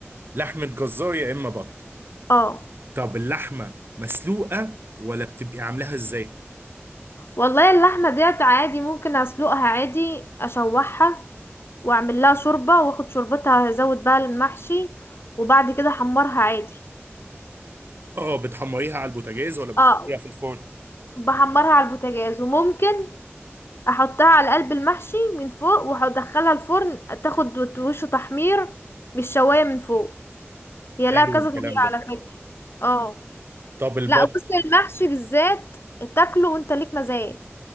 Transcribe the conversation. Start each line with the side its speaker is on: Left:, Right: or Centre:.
Right: لحمة جزار يا إما بط
Left: اه
Right: طب اللحمة مسلوقة ولا بتبقي عاملاها إزاي؟
Left: والله اللحمة ديت عادي ممكن اسلقها عادي اشوحها واعمل لها شوربة واخد شوربتها ازود بقى المحشي وبعد كده احمرها عادي
Right: آه بتحمريها على البوتاجاز ولا بتحطيها
Left: اه
Right: في الفرن؟
Left: بحمرها على البوتاجاز وممكن احطها على قلب المحشي من فوق وادخلها الفرن تاخد وش تحمير مش شواية من فوق هي
Right: حلو
Left: لها كذا
Right: الكلام
Left: طريقة
Right: ده
Left: على فكرة اه
Right: طب البط
Left: لا بص المحشي بالذات تاكله وانت ليك مزاج